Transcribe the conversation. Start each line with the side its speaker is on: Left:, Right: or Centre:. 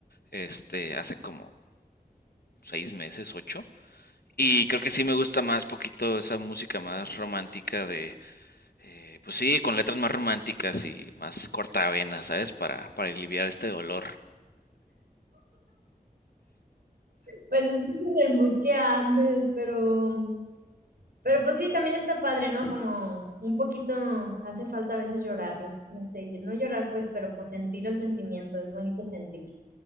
Left: este, hace como seis meses, ocho. Y creo que sí me gusta más poquito esa música más romántica de, eh, pues sí, con letras más románticas y más cortavenas, ¿sabes? Para, para aliviar este dolor.
Right: Pues es que es en el mood que andes, pero pero pues sí, también está padre, ¿no? Como un poquito hace falta a veces llorarle, no sé, y no llorar pues, pero pues sentir el sentimiento, es bonito sentir.